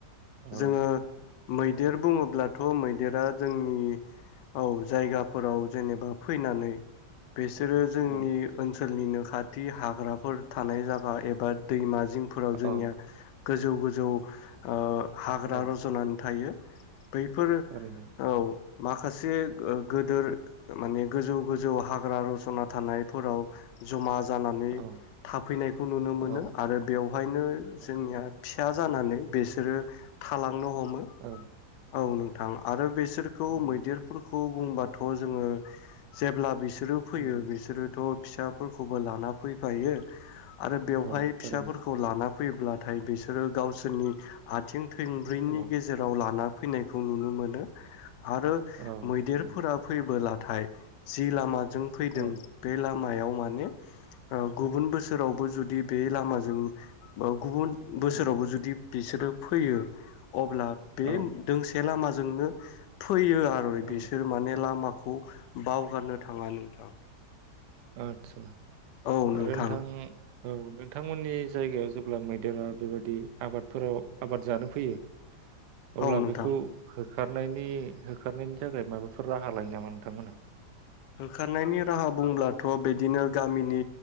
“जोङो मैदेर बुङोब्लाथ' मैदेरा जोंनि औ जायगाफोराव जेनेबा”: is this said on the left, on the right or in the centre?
Left